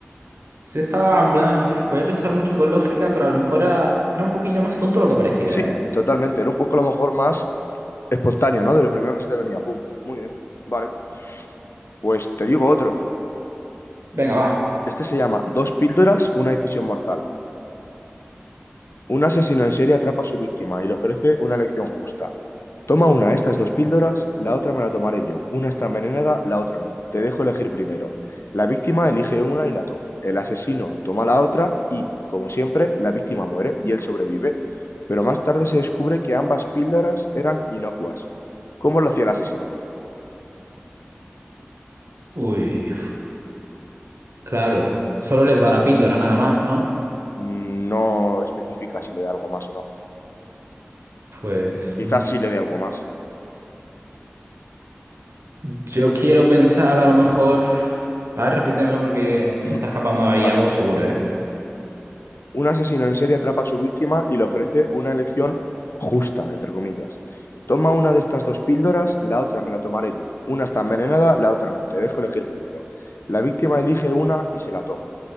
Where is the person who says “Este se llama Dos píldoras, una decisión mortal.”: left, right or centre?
Left